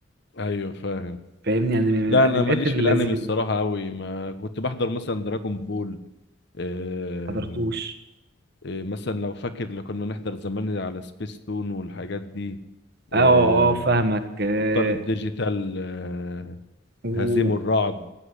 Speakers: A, on the left; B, on the right.
A: ايوه فاهم
B: فاهمني يعني من
A: لا
B: الانميات
A: انا ماليش
B: اللذيذة
A: في الانمي الصراحة قوي ما كنت بحضر مثلا دراجون بول آه...
B: حضرتوش
A: آه... مثلا لو فاكر لو كنا نحضر زمان على سبيس تون والحاجات دي آه...
B: اه اه آه، فاهمك آه،
A: ابطال الديجيتال آه...
B: و...
A: هزيم الرعد